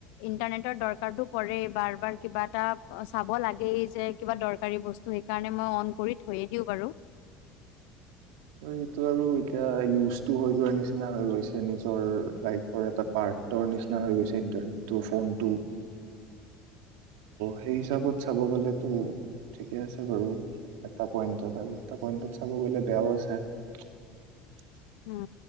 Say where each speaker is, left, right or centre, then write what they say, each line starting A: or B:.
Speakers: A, on the left; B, on the right.
A: ইণ্টাৰনেটৰ দৰকাৰটো পৰে বাৰ, বাৰ কিবা এটা অ', চাব লাগেই যে কিবা দৰকাৰী বস্তু সেইকাৰণে মই অন কৰি থৈয়ে দিওঁ বাৰু।
B: সেইটো আৰু এতিয়া ইউজটো হৈ যোৱাৰ নিচিনা হৈ গৈছে নিজৰ লাইফৰ এটা পাৰ্টৰ নিচিনা হৈ গৈছে ইন্টাৰনেটো, ফোনটো। সেই হিচাপত চাব গ'লেতো ঠিকে আছে বাৰু এটা পইন্টত আৰু এটা পইণ্টত চাব গলে বেয়াও আছে <unintelligible> <inaudible>
A: উম,